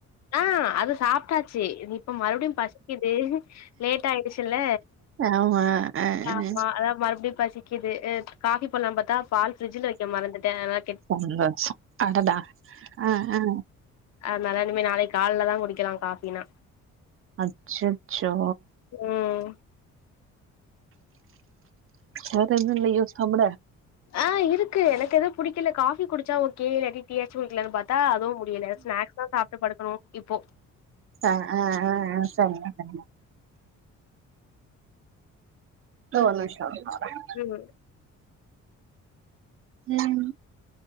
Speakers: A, on the left (about 60°); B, on the right (about 45°).
A: ஆ அது சாப்ட்டாச்சு இது இப்ப மறுவடியு பசக்குது லேட் ஆயிடுச்சுல்ல
B: ஆமா அ அ
A: ஆமா அதா மறுபடியு பசிக் க்குது அ காஃபி போட்லான் பாத்தா பால் ஃபிரிட்ஜில வெக்க மறந்துட்டே அதா
B: சந்தோஷ அடடா ஆ ஆ
A: அதனால இனிமே நாளைக்கு கால்ல தா குடிக்கலா காஃபினா
B: அச்சச்சோ
A: ம்
B: வேற எது இல்லயோ சாப்புட
A: ஆ இருக்கு எனக்கு எது புடிக்கல காஃபி குடிச்சா ஓகே இல்லாட்டி டீ யாச்சு குடிக்கலான்னு பாத்தா அதுவு முடியல ஸ்னாக்ஸ் தா சாப்ட்டு படுக்கணு இப்போ
B: ஆ ஆ ஆ ஆ செரிமா செரிமா இதோ ஒரு நிம்ஷ <unintelligible>
A: ஏமா
B: ம்